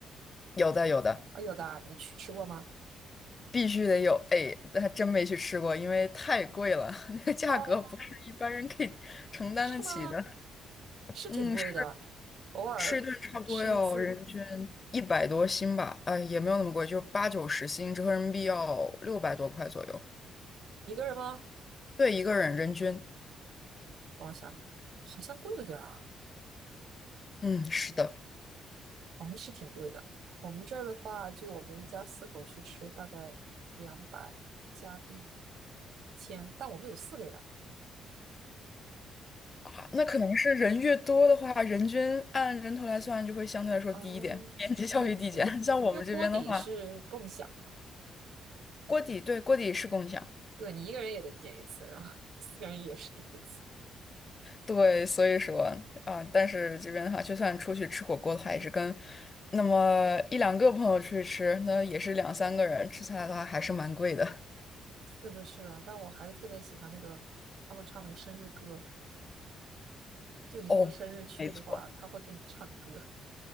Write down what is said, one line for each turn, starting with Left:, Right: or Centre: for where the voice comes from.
Left: 有的，有的。
Right: 啊？有的啊，你去吃过吗？
Left: 必须得有，哎，这还真没去吃过，因为太贵了，<laughs> 那个价格不是一般人可以承担得起的。
Right: 哦，是吗？是挺贵的，
Left: 嗯，吃
Right: 偶尔吃一次，
Left: 吃顿差不多要人均一百多新吧，哎，也没有那么贵，就八九十新，折合人民币要六百多块左右。
Right: 一个人吗？
Left: 对，一个人人均，
Right: 我想想，好像贵了点儿啊，
Left: 嗯，是的，
Right: 好像是挺贵的。我们这儿的话，就我们一家四口去吃，大概两百加币一千，但我们有四个人，
Left: 啊，那可能是人越多的话，人均按人头来算就会相对来说低一点，
Right: 哦，
Left: 边际效益递减。
Right: 对对对，
Left: <laughs> 像我们这边的话，
Right: 因为锅底是共享嘛，
Left: 锅底，对，锅底是共享。
Right: 对你一个人也得点一次，然后 <laughs> 四个人也是点一次。
Left: 对，所以说啊，但是这边的话，就算出去吃火锅的话，也是跟那么一两个朋友出去吃，那也是两三个人吃下来的话，还是蛮贵的。
Right: 是的，是的，但我还是特别喜欢那个他们唱那个生日歌，就你过生日去的话，
Left: 哦，没错，
Right: 他会给你唱歌，